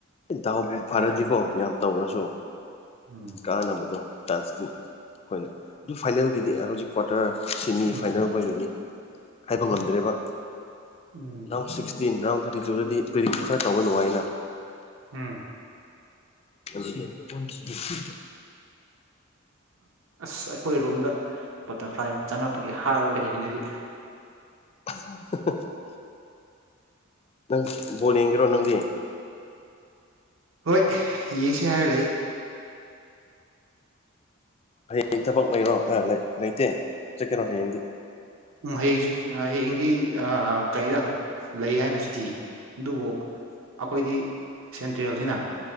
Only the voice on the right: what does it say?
ꯎꯝ
ꯎꯝ
ꯎꯝ
ꯎꯝ
ꯑꯁ ꯑꯩꯈꯣꯏ ꯔꯨꯝꯗ ꯕꯇꯔꯐ꯭ꯂꯥꯏ ꯆꯝꯉꯛꯄꯒꯤ ꯍꯥꯏꯔꯒ ꯂꯩꯕꯅꯤ ꯍꯧꯖꯤꯛ
ꯍꯣꯏ ꯌꯦꯡꯁꯤ ꯍꯥꯏꯔꯒ ꯂꯩ
ꯎꯝ ꯍꯌꯦꯡꯁꯨ ꯍꯌꯦꯡꯗꯤ ꯑ ꯀꯩꯔ ꯂꯩ ꯍꯥꯏꯅꯁꯨ ꯊꯤ ꯑꯗꯨꯕꯨ ꯑꯩꯈꯣꯏꯗꯤ ꯁꯦꯟꯇ꯭ꯔꯦꯜꯅꯤꯅ